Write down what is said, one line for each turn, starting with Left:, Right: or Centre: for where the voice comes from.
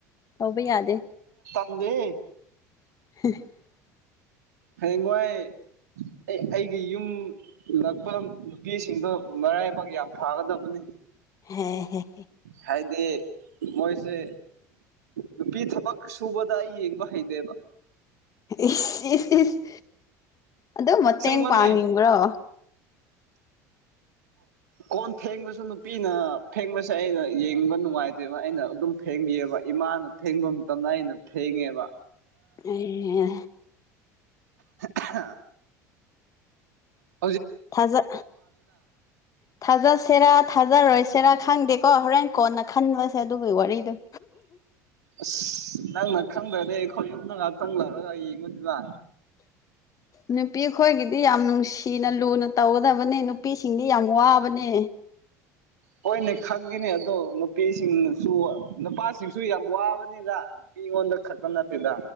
Left: ꯇꯧꯕ ꯌꯥꯗꯦ
Right: ꯈꯪꯗꯦ
Left: <unintelligible>
Right: ꯍꯌꯦꯡꯋꯥꯏ ꯑꯩ ꯑꯩꯒꯤ ꯌꯨꯝ ꯂꯛꯄ ꯅꯨꯄꯤꯁꯤꯡꯗꯣ ꯃꯔꯥꯏꯕꯥꯛ ꯌꯥꯝ ꯐꯥꯒꯗꯕꯅꯤ
Left: ꯍꯦꯍꯦ
Right: ꯍꯥꯏꯗꯤ ꯃꯣꯏꯁꯦ ꯅꯨꯄꯤ ꯊꯕꯛ ꯁꯨꯕꯗ ꯑꯩ ꯌꯦꯡꯕ ꯍꯩꯇꯦꯕ
Left: ꯏꯁ ꯏꯁ ꯏꯁ ꯑꯗꯨ ꯃꯇꯦꯡ
Right: ꯑꯁꯦꯡꯕꯅꯦ
Left: ꯄꯥꯡꯅꯤꯡꯕ꯭ꯔꯣ
Right: ꯀꯣꯟ ꯐꯦꯡꯕꯁꯨ ꯅꯨꯄꯤꯅ ꯐꯦꯡꯕꯁꯦ ꯑꯩꯅ ꯌꯦꯡꯕ ꯅꯨꯡꯉꯥꯏꯇꯦꯕ ꯑꯩꯅ ꯑꯗꯨꯝ ꯐꯦꯡꯕꯤꯑꯦꯕ ꯏꯃꯥꯅ ꯐꯦꯡꯕ ꯃꯇꯝꯗ ꯑꯩꯅ ꯐꯦꯡꯉꯦꯕ
Left: ꯑꯦ
Right: ꯑꯍꯥ ꯑꯍꯥ
Left: ꯊꯖꯥ ꯊꯖꯥ ꯁꯦꯔꯥ ꯊꯖꯥ ꯔꯣꯏꯁꯦ ꯁꯦꯔꯥ ꯈꯪꯗꯦꯀꯣ ꯍꯣꯔꯦꯟ ꯀꯣꯟꯅ ꯈꯟꯕꯁꯦ ꯑꯗꯨꯒꯤ ꯋꯥꯔꯤꯗꯨ
Right: ꯑꯁ ꯅꯪꯅ ꯈꯪꯗ꯭ꯔꯗꯤ ꯑꯩꯈꯣꯏ ꯌꯨꯝꯗ ꯉꯥꯏꯍꯥꯛꯇꯪ ꯂꯥꯛꯔꯒ ꯌꯦꯡꯉꯨꯗꯨꯅ
Left: ꯅꯨꯄꯤ ꯑꯈꯣꯏꯒꯤꯗꯤ ꯌꯥꯝ ꯅꯨꯡꯁꯤꯅ ꯂꯨꯅ ꯇꯧꯒꯗꯕꯅꯦ ꯅꯨꯄꯤꯁꯤꯡꯗꯤ ꯌꯥꯝ ꯋꯥꯕꯅꯦ
Right: ꯍꯣꯏꯅꯦ ꯈꯪꯉꯤꯅꯦ ꯑꯗꯣ ꯅꯨꯄꯤꯁꯤꯡꯅꯁꯨ ꯅꯨꯄꯥꯁꯤꯡꯁꯨ ꯌꯥꯝ ꯋꯥꯕꯅꯤꯗ ꯅꯨꯄꯤꯉꯣꯟꯗ ꯈꯛꯇ ꯅꯠꯇꯦꯗ